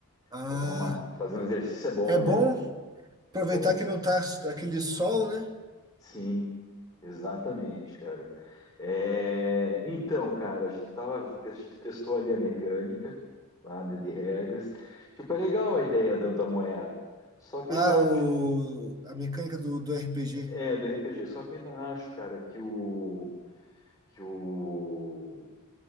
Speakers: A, on the right; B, on the left.
A: Ah,
B: pra dar uma... fazer um exercício é bom,
A: é bom
B: né?
A: aproveitar
B: É bom.
A: que não tá aquele sol, né?
B: Sim, exatamente, cara. É, então, cara, a gente tava, a gente testou ali a mecânica lá de, de regras. Tipo, é legal a ideia do- da moeda. Só que
A: Ah,
B: eu ainda acho,
A: o, a mecânica do, do RPG.
B: é, do RPG, só que eu ainda acho, cara, que o que o,